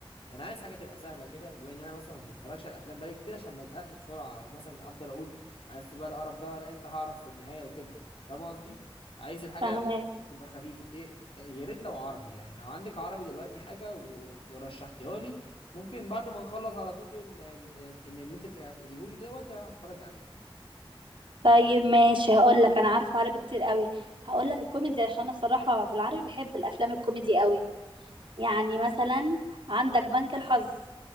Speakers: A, on the left (about 70°); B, on the right (about 60°).
A: انا عايز حاجه تبقى سهله كده بما ان انا مثلا ما بتفرجش على الافلام بقالي كتير عشان ما ازهقش بسرعه او مثلا افضل اقول انا في بقى القرف ده انا امتى هعرف في النهايه وكده فاهم قصدي عايز الحاجه
B: فاهمة
A: تبقى خفيفه ايه يا ريت لو عربي يعني لو عندك عربي دلوقتي حاجه و... ورشحتيها لي ممكن بعد ما نخلص على طول ال... ال... ان ان إن انت هتقوليه لي دوت هتفرج عليه
B: طيب ماشي هقول لك انا عارفه عربي كتير قوي هقول لك الكوميدي عشان انا بصراحة في العربي بحب الافلام الكوميدي قوي يعني مثلا عندك بنك الحظ